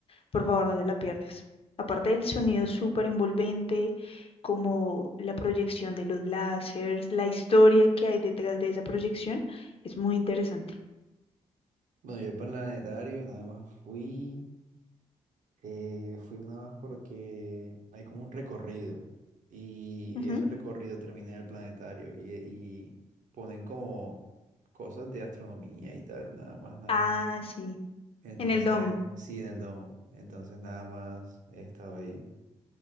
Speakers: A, on the left; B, on the right.
A: por favor no te la pierdas. Aparte del sonido súper envolvente, como la proyección de los láseres, la historia que hay detrás de esa proyección, es muy interesante.
B: Bueno, yo el planetario nada más fui, eh, fui nada más porque hay como un recorrido y
A: Ujú.
B: ese recorrido termina en el planetario y, y ponen como cosas de astronomía y tal, nada más, nada
A: Ah,
B: más.
A: sí,
B: Entonces,
A: en el domo.
B: sí, en el domo. Entonces nada más he estado ahí.